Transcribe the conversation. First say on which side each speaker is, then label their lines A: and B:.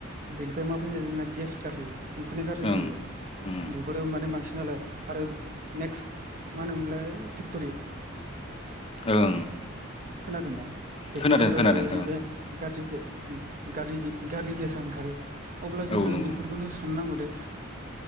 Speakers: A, on the right; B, on the left.
A: बेनिफ्राय मा फैयो जोंना गेस गाज्रि उखुन्दै गाज्रि
B: ओं
A: फैयो
B: उम
A: बेफोरो माने बांसिन नालाय आरो नेक्स्ट मा होनोमलाय फेक्ट'रि
B: ओं
A: खोनादोंदा? फेक्ट'रिनिफायबो
B: खोनादों खोनादों ओं
A: बे गाज्रि गेस गारजि गारि गेसा ओंखारो। अब्ला जोङो
B: औ नंगौ
A: बेफोरखौनो साननांगौ दे